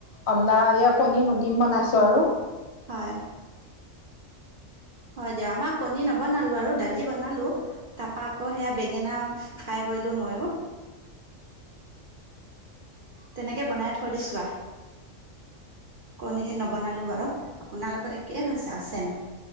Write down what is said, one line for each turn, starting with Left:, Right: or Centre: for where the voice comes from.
Left: আন্দা এইয়া কণী দিম বনাইছোঁ আৰু।
Right: হয়। হয় দিয়ক আমাৰ কণী নবনালো আৰু দালি বনালো তাৰপা আকৌ সেয়া বেঙেনা ফ্ৰাই কৰিলোঁ ময়ো।
Left: <inaudible>
Right: তেনেকে বনাই থৈ দিছোঁ। কণী নবনালো বাৰু আপোনাৰ লগত একেই হৈছে চেম।